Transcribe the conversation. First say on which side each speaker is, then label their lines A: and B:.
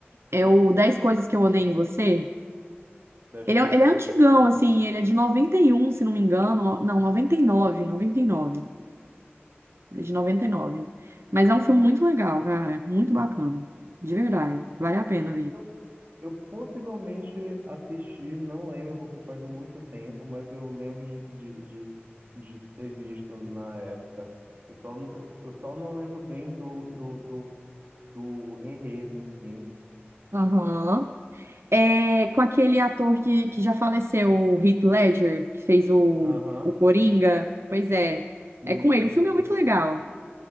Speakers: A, on the right; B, on the right.
A: é o dez Coisas que eu odeio em você.
B: Das
A: Ele
B: coisas
A: é, ele é
B: que
A: antigão,
B: eu dou.
A: assim, ele é de 91, se não me engano. Não, 99, 99. Ele é de 99. Mas é um filme muito legal, cara. Muito bacana. De verdade. Vale a pena ver.
B: Eu, Eu possivelmente assisti, não lembro porque faz muito tempo, mas eu lembro de, de, de, de ter visto na época. Eu só, eu só não lembro bem do, do, do, do enredo em si.
A: Aham. É com aquele ator que, que já faleceu, o Heath Ledger, que fez o,
B: Aham,
A: o Coringa. Pois é,
B: isso,
A: é com ele. O filme é muito legal.